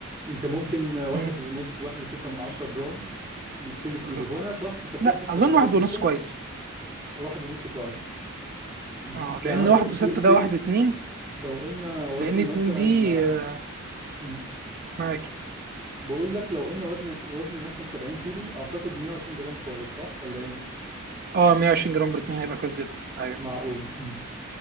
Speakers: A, on the right; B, on the right.
A: انت ممكن واحد
B: مم،
A: ونص واحد وستة من عشرة جرام من كل كيلو
B: بالظبط
A: هو انا صراحة حسبتها
B: لا
A: حسبة
B: اظن
A: كده
B: واحد
A: بسيطة
B: ونص كويس
A: واحد ونص كويس مم.
B: اه
A: يعني
B: لان
A: مثلا
B: واحد
A: سي,
B: وستة
A: سي
B: ده واحد واتنين
A: لو قلنا وزني
B: لان اتنين
A: مثلا
B: دي
A: آه،
B: آه،
A: مم.
B: معاك
A: بقول لك لو قلنا وزني وزني مثلا 70 كيلو اعتقد 120 جرام كويس صح ولا ايه
B: اه 120 جرام بروتين هيبقى كويس جدا ايوه
A: معقول مم.